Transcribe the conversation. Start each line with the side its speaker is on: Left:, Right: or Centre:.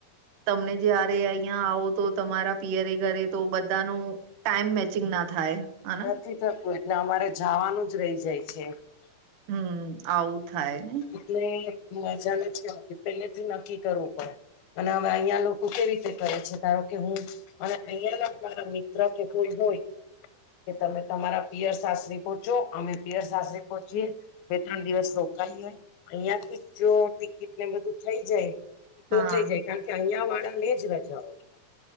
Right: તમને જ્યારે અહિયાં આવો તો તમારા પિયરે ઘરે તો બધાનું ટાઈમ મેચિંગ ના થાય. હને
Left: નથી થતું એટલે અમારે જાવાનું જ રહી જાય છે.
Right: હમમ આવું થાય ને.
Left: એટલે મજા નથી આવતી પેલેથી નક્કી કરવું પડે. પણ હવે અહિયાં લોકો કેવી રીતે કરે છે ધારો કે હું જ મારા અહંયા મારા મિત્ર કે કોઈ હોય કે તમે તમારા પિયર સાસરી પહોચો અમે પિયર સાસરી પહોચીએ. બે ત્રણ દિવસ રોકાઈ એ અહિયાં થી જો ટિકિટ ને બધું થઇ જાય તો
Right: હા
Left: થઈ જાય કારણ કે અહિયાં વાળા ને જ રજા હોય